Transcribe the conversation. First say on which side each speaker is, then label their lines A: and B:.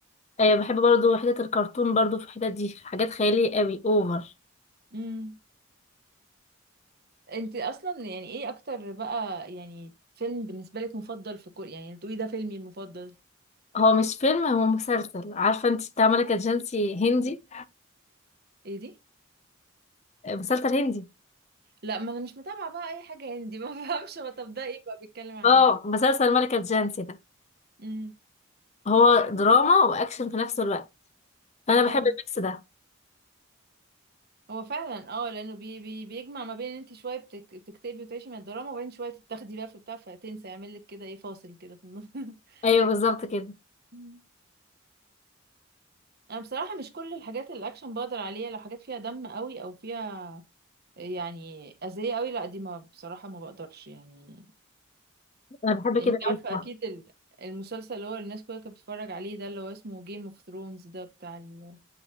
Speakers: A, on the left (about 35°); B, on the right (about 50°).
A: ايوه بحب برضو حتة الكرتون برضو في الحتة دي حاجات خيالية قوي اوفر
B: برضه انت اصلا يعني ايه اكتر بقى يعني فيلم بالنسبه لك مفضل في كوريا يعني تقولي ده فيلمي المفضل
A: هو مش فيلم هو مسلسل عارفة انت بتاع ملكة جانسي هندي
B: ايه دي
A: آه، مسلسل هندي
B: لا ما انا مش متابعه بقى اي حاجه هندي <laughs> ما فهمش هو طب ده ايه بقى بيتكلم عن
A: اه
B: ايه
A: مسلسل ملكة جانسي ده
B: امم
A: هو دراما واكشن في نفس الوقت فانا
B: اه
A: بحب الميكس ده
B: هو فعلا اه لانه بي بي بيجمع ما بين ان انت شويه بتك... بتكتبي وتعيشي من الدراما وبين شويه تتاخدي بقى في بتاع فتنسى يعمل لك كده ايه فاصل كده في النص <laughs>
A: ايوه بالظبط كده
B: مم. انا بصراحه مش كل الحاجات الاكشن بقدر عليها لو حاجات فيها دم قوي او فيها يعني اذيه قوي لا دي ما بصراحه ما بقدرش يعني
A: انا بحب
B: لان
A: كده
B: انت
A: قوي
B: عارفة
A: الصراحة
B: اكيد ال- المسلسل اللي هو الناس كلها كانت بتتفرج عليه ده اللي هو اسمه جيم اوف ثرونز ده بتاع ال...